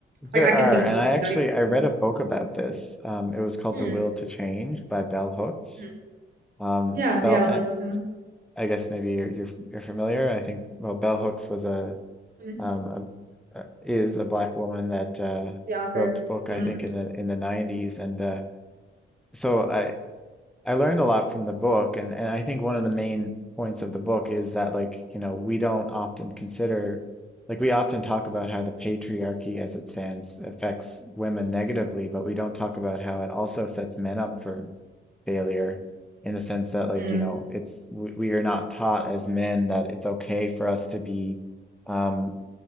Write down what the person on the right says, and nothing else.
like, I can
think
of,
few
that I
think-
hmm
hmm.
Yeah,
yeah, Alexa,
hmm
the author.
hmm
hmm